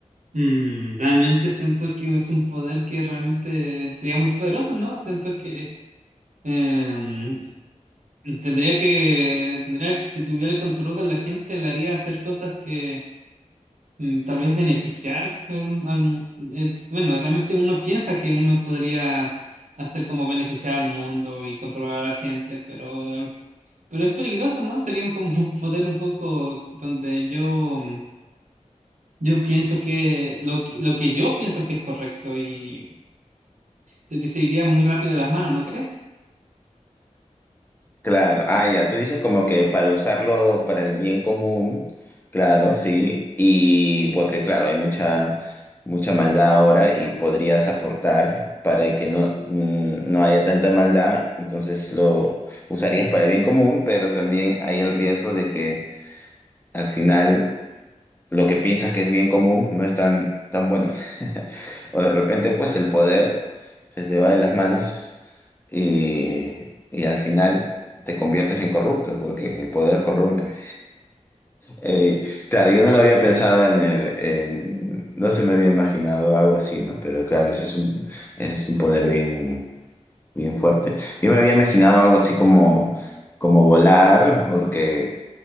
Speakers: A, on the right (about 80°); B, on the left (about 15°).
A: mm, realmente siento que es un poder que realmente sería muy poderoso, ¿no? Siento que em, tendría que, tendría, si tuviera el control de la gente, le haría hacer cosas que mm, tal vez beneficiar al- al mu- eh, bueno, realmente uno piensa que uno podría hacer como beneficiar al mundo y controlar a la gente, pero, al- pero es peligroso, ¿no? Sería un- como un poder un poco donde yo, mm, yo pienso que lo, que lo que yo pienso que es correcto y se, se iría muy rápido de las manos, ¿no crees?
B: Claro, ah, ya, tú dices como que para usarlo para el bien común, claro, sí, y porque claro, hay mucha, mucha maldad ahora y podrías aportar para que no, mm, no haya tanta maldad, entonces lo usarías para el bien común, pero también hay el riesgo de que al final lo que piensas que es bien común no es tan, tan bueno. <laughs> O de repente, pues el poder se te va de las manos y, y al final te conviertes en corrupto, porque el poder corrompe. Eh, claro, yo no lo había pensado en el, en- no se me había imaginado algo así, ¿no? Pero claro, ese es un, ese es un poder bien, bien fuerte. Yo me había imaginado algo así como, como volar, porque,